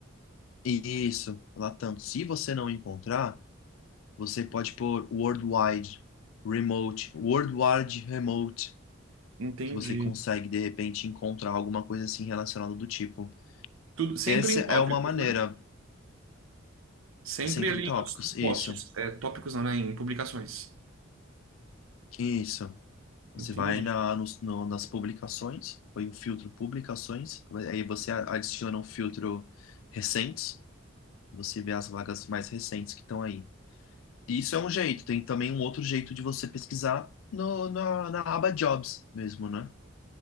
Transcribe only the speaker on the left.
Isso, Latam. Se você não encontrar, você pode pôr worldwide, remote, worldwide remote.
que você consegue de repente encontrar alguma coisa assim relacionada do tipo.
Essa
é
uma maneira,
sempre
em tópicos,
isso,
isso. Você
vai na, nos- no- nas publicações, põe um filtro publicações, aí você a- adiciona um filtro recentes, você vê as vagas mais recentes que estão aí. Isso é um jeito, tem também um outro jeito de você pesquisar no, na, na aba Jobs mesmo, né?